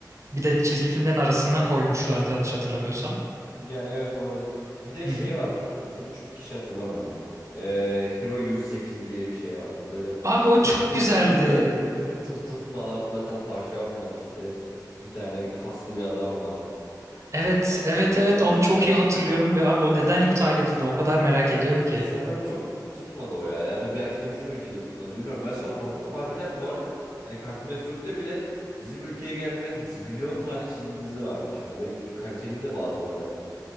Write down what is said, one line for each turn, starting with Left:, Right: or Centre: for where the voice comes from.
Right: Bir de çizgi filmlerin arasına koymuşlardı yanlış hatırlamıyorsam.
Left: Yani evet olabilir. Bir de
Right: Hı
Left: şey
Right: hı.
Left: vardı hatırlıyor musun? Bunu çok kişi hatırlamıyor ama. Ee, Hero 108 diye bir şey vardı. Böyle
Right: Abi o
Left: tuf
Right: çok
Left: tufçu
Right: güzeldi.
Left: da <laughs> tuf tuf falan fırlatan tavşan var işte. Bir tane kaslı bir adam var.
Right: Evet, evet, evet. Onu çok iyi hatırlıyorum ve abi o neden iptal edildi o kadar merak ediyorum ki.
Left: Sanırım çok tutmadı o ya. Yani belki de bizim ülkede tutmadı bilmiyorum. Ben sonra baktım harbiden bu arada hani Cartoon Network'te bile bizim ülkeye gelmeyen zibilyon tane çizgi dizi varmış ya ve kaliteli de bazıları hani.